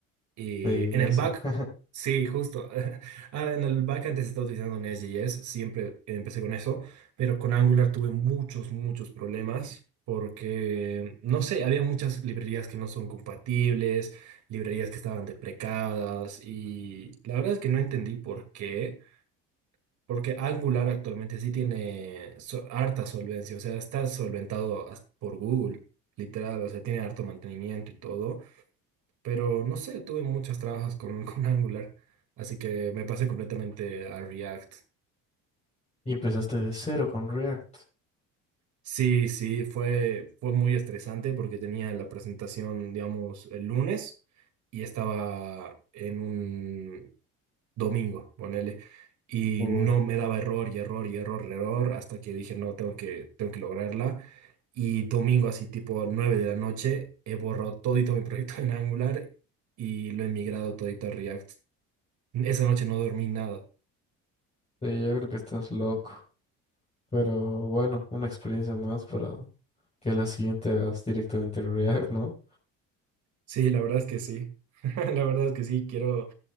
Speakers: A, on the right; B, on the left.
A: y
B: Sí,
A: en
B: eso.
A: el back,
B: <laughs>
A: sí, justo. <laughs> Ah, en el back antes estaba utilizando Nest.js, siempre empecé con eso, pero con Angular tuve muchos, muchos problemas porque, no sé, había muchas librerías que no son compatibles, librerías que estaban deprecadas y la verdad es que no entendí por qué, porque Angular actualmente sí tiene so- harta solvencia, o sea, está solventado hasta por Google, literal, o sea, tiene harto mantenimiento y todo. Pero no sé, tuve muchas trabas con, <laughs> con Angular, así que me pasé completamente a React.
B: Y empezaste de cero con React.
A: Sí, sí, fue, fue muy estresante porque tenía la presentación, digamos, el lunes y estaba en un domingo, ponele, y
B: uy
A: no me daba error y error y error, error, hasta que dije, no, tengo que, tengo que lograrla. Y domingo, así tipo 9 de la noche, he borrado todito mi <laughs> proyecto en Angular y lo he migrado todito a React. Esa noche no dormí nada.
B: Sí, yo creo que estás loco. Pero bueno, una experiencia más para que la siguiente hagas directamente en React, ¿no?
A: Sí, la verdad es que sí. <laughs> La verdad es que sí, quiero,